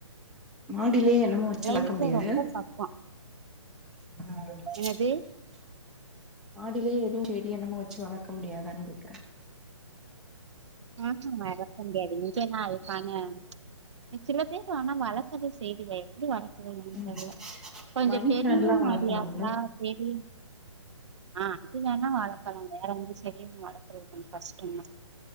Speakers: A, in the centre; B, on the right.
A: மாடிலேயே என்னமு வெச்சு வளக்க
B: வீட்ல
A: முடியாது
B: ரொம்ப பக்கோ
A: ஆ
B: என்னது
A: மாடிலேயே எதுவு செடி என்னம்மோ வெச்சு வளக்க முடியாதான்னு கேக்கறே
B: ம்ஹும் வளக்க முடியாது இங்கல்லா அதுக்கான அ சில பேரு ஆனா வளக்கறது செய்துக எப்டி வளக் கறாங்கன்னு
A: ம்
B: தெர்ல கொஞ்சோ
A: மணி
B: பெரிய
A: பிளான்ட்லா
B: மாடியா
A: வளக்கலாம்ல
B: இருந்தா செடின் ஆ அது வேண்ணா வளக்கலா வேற எந்த செடியு வளக் அது கொஞ்ச கஷ்டந்தா